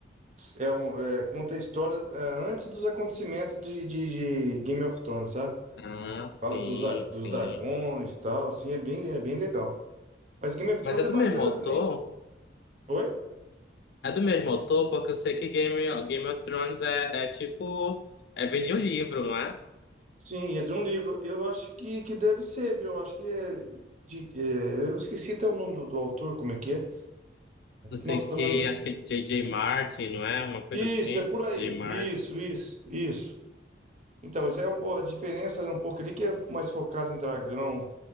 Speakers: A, on the right; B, on the left.
A: é, um- é- conta a história é, antes dos acontecimentos de, de- de Game of Thrones, sabe?
B: Ah, sim,
A: Fala dos, a- dos
B: sim.
A: dragões e tal, assim, é bem, é bem legal. Mas Game of Thrones
B: Mas é
A: é
B: do
A: bacana
B: mesmo autor?
A: também. Oi?
B: É do mesmo autor, porque eu sei que Game, Game of Thrones é, é tipo. É, vem de um livro, não é?
A: Sim, é de um livro. Eu acho que, que deve ser, viu? Eu acho que é de, é, eu esqueci até o nome do, do autor, como é que é.
B: não sei
A: Nossa,
B: o
A: tá
B: quê,
A: na...
B: acho que é J J Martin, não é? Uma coisa
A: Isso,
B: assim,
A: é por aí.
B: J J Martin.
A: Isso, isso, isso. Então, mas é um pouco, a diferença é um pouco ali que é mais focado em dragão,